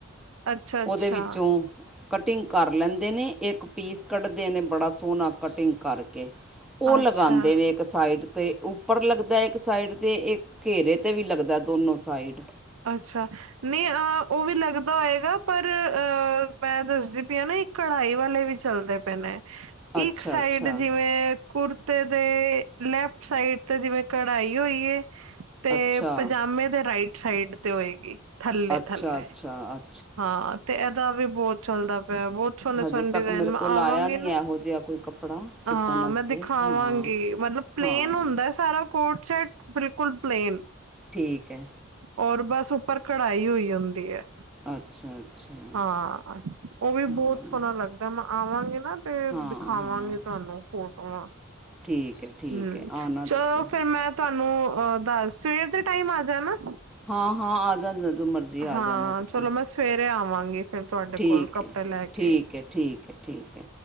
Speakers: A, on the right (about 75°); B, in the centre.
A: ਅੱਛਾ
B: ਉਹਦੇ
A: ਅੱਛਾ
B: ਵਿੱਚੋਂ ਕਟਿੰਗ ਕਰ ਲੈਂਦੇ ਨੇ ਇੱਕ ਪੀਸ ਕੱਢਦੇ ਨੇ ਬੜਾ ਸੋਹਣਾ ਕਟਿੰਗ ਕਰਕੇ ਉਹ ਲਗਾਂਦੇ
A: ਅੱਛਾ
B: ਨੇ ਇੱਕ ਸਾਈਡ ਤੇ ਉੱਪੜ ਲੱਗਦਾ ਇੱਕ ਸਾਈਡ 'ਤੇ ਇੱਕ ਘੇਰੇ 'ਤੇ ਵੀ ਲੱਗਦਾ ਦੋਨੋਂ ਸਾਈਡ।
A: ਅੱਛਾ ਨਹੀਂ ਉਹ ਵੀ ਲੱਗਦਾ ਹੋਏਗਾ ਪਰ ਅਹ ਮੈਂ ਦੱਸਦੀ ਪਈ ਆ ਨਾ ਇੱਕ ਕੜਾਈ ਵਾਲੇ ਵੀ ਚੱਲਦੇ ਪਏ ਨੇ
B: ਅੱਛਾ
A: ਇੱਕ ਸਾਈਡ
B: ਅੱਛਾ
A: ਜਿਵੇਂ ਕੁੜਤੇ ਦੇ ਲੈਫਟ ਸਾਈਡ ਤੇ ਜਿਵੇਂ ਕਢਾਈ ਹੋਈਏ। ਤੇ
B: ਅੱਛਾ
A: ਪਜਾਮੇ ਦੇ ਰਾਈਟ ਸਾਈਡ ਤੇ ਹੋਏਗੀ। ਥੱਲੇ
B: ਅੱਛਾ,
A: ਥੱਲੇ
B: ਅੱਛਾ ਅੱ
A: ਹਾਂ ਤੇ ਏਦਾ ਵੀ ਬੋਤ ਚੱਲਦਾ ਪਿਆ ਬੋਤ ਸੋਨੇ
B: ਹਜੇ
A: ਸੋਨੇ
B: ਤੱਕ
A: ਡਿਜ਼ਾਇਨ,
B: ਮੇਰੇ
A: ਮੈਂ
B: ਕੋਲ
A: ਆਵਾਂਗੀ
B: ਆਇਆ ਨਹੀਂ
A: ਨਾ
B: ਇਹੋ ਜਿਹਾ ਕੋਈ ਕੱਪੜਾ ਸਿਪਣ
A: ਹਾਂ,
B: ਵਾਸਤੇ
A: ਮੈਂ ਦਿਖਾਵਾਂਗੀ
B: ਹਾਂ
A: ਮਤਲਬ ਪਲੇਨ
B: ਹਾਂ
A: ਹੁੰਦਾ ਸਾਰਾ ਕੋਟ ਸੈਟ ਬਿਲਕੁਲ, ਪਲੇਨ।
B: ਠੀਕ ਐ।
A: ਔਰ ਬਸ ਉੱਪਰ ਕੜਾਈ ਹੋਈ ਹੁੰਦੀ ਐ।
B: ਅੱਛਾ, ਅੱਛਾ।
A: ਹਾਂ, ਓਵੀ
B: ਹਾਂ
A: ਬੋਤ ਸੋਨਾ ਲੱਗਦਾ, ਮੈਂ ਆਵਾਂਗੀ ਨਾ ਤੇ
B: ਹਾਂ
A: ਦਿਖਾਵਾਂਗੀ
B: ਹਾਂ
A: ਤੁਹਾਂਨੂੰ ਫੋਟੋਆਂ
B: ਠੀਕ ਹੈ ਠੀਕ
A: ਹੂੰ,
B: ਹੈ ਆਉਣਾ
A: ਚਲੋ
B: ਤੁਸੀਂ
A: ਫੇਰ ਮੈਂ ਤੁਹਾਨੂੰ ਅ ਦਾਸ ਸਵੇਰ ਦੇ ਟਾਈਮ ਆ ਜਾ ਨਾ
B: ਹਾਂ, ਹਾਂ ਆਜਾ ਜਦੋ ਮਰਜੀ ਜੀ
A: ਹਾਂ,
B: ਆ ਜਾਨਾ ਤੁਸੀਂ,
A: ਚਲੋ ਮੈਂ ਸਵੇਰੇ ਆਵਾਂਗੀ ਫੇਰ ਤੁਹਾਡੇ
B: ਠੀਕ
A: ਕੋਲ ਕੱਪੜੇ
B: ਏ,
A: ਲੈ
B: ਠੀਕ
A: ਕੇ।
B: ਏ, ਠੀਕ ਏ, ਠੀਕ ਏ।